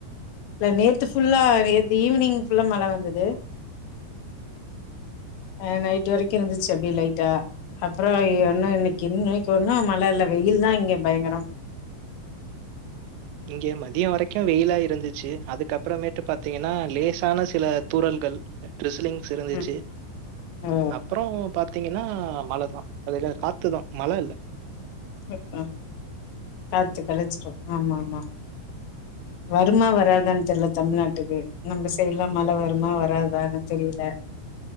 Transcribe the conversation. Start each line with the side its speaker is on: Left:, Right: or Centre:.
Left: இல்ல நேத்து ஃபுல்லா நேத்து ஈவ்னிங் ஃபுல்லா மழை வந்தது அ நைட்டு வரைக்கு இருந்துச்சி அப்டி லைட்டா அப்புறோ ஒன்னு இன்னிக்கு <unintelligible> ஒன்னு மழை இல்ல வெயில் தா இங்க பயங்கரோ
Right: இங்கே மதியம் வரைக்கும் வெயிலா இருந்துச்சு அதுக்கப்புறமேட்டு பாத்தீங்கன்னா லேசான சில தூறல்கள் டிரஸ்லிங்ஸ் இருந்துச்சி
Left: ம் ஓ
Right: அப்புறோ பாத் தீங்கன்னா மழதா அதுதா காத்துதா மழ இல்ல
Left: ம்க்ம் காத்து கழிச்சிரோ ஆமா ஆமா வருமா வராதான் தெர்ல தமிழ்நாட்டுக்கு நம்ம செய்ட்லா மழ வருமா வராதான்னு தெரியில